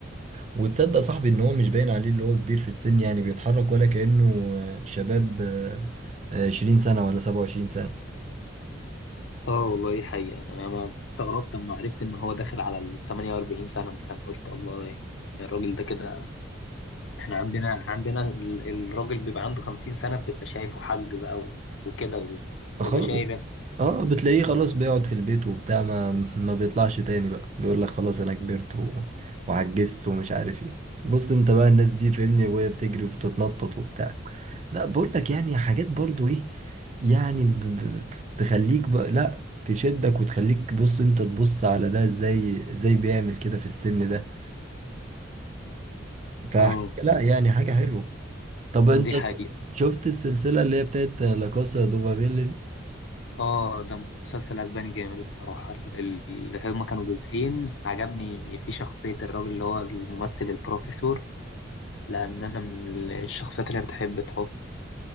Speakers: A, on the right; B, on the left.
A: وتصدق صاحبي ان هو مش باين عليه اللي هو كبير في السن يعني بيتحرك ولا كأنه شباب آه، آه، 20 سنة ولا 27 سنة
B: اه والله دي حقيقة أنا ما استغربت لما عرفت إن هو داخل على ال 48 سنة مثلا قلت الله يعني الراجل ده كده احنا عندنا احنا عندنا ال- الراجل بيبقى عنده خمسين سنة بتبقى شايفه حاج بقى و- وكده وتبقى
A: خلاص
B: شايف انت
A: اه بتلاقيه خلاص بيقعد في البيت وبتاع ما ما بيطلعش تاني بقى بيقول لك خلاص انا كبرت و... وعجزت ومش عارف ايه بص انت بقى الناس دي فاهمني وهي بتجري وبتتنطط وبتاع لا بقول لك يعني حاجات برضو ايه يعني ب... ب... تخليك بقى لا تشدك وتخليك بص انت تبص على ده ازاي ازاي بيعمل كده في السن ده ف
B: اه
A: لا يعني حاجة حلوة طب
B: دي
A: انت
B: حقيقة
A: شفت السلسلة اللي هي بتاعت لا كاسا دوبابيل
B: اه ده مسلسل اسباني جامد الصراحة ال- ال- اللي هما كانوا جزئين عجبني في شخصية الراجل اللي هو الممثل البروفيسور لأن أنا من الشخصيات اللي بتحب تحط